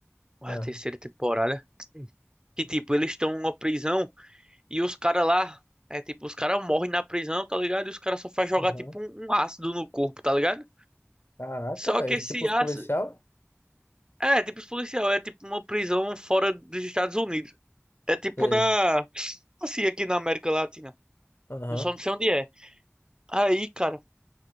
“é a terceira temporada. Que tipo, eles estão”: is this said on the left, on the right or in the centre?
Right